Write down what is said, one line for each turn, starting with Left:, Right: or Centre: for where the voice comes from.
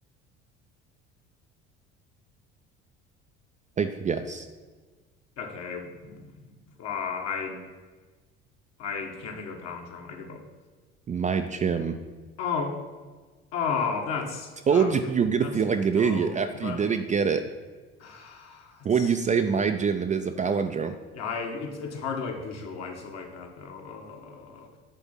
Right: Take a guess.
Left: Okay. Uh I I can't think of a palindrome. I give up.
Right: my gym.
Left: Oh, oh, that's
Right: Told
Left: uh,
Right: you you were gonna
Left: that's
Right: feel like an
Left: dumb,
Right: idiot after
Left: but
Right: you didn't get it.
Left: <sighs> that's
Right: When you say
Left: stupid.
Right: my gym, it is a palindrome.
Left: Yeah, I it's it's hard to like visualize it like that though.